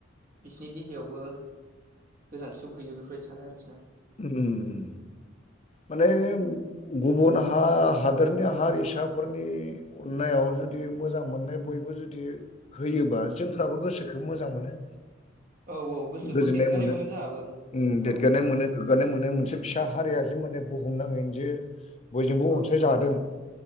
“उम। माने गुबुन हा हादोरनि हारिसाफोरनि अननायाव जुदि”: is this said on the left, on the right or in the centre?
Left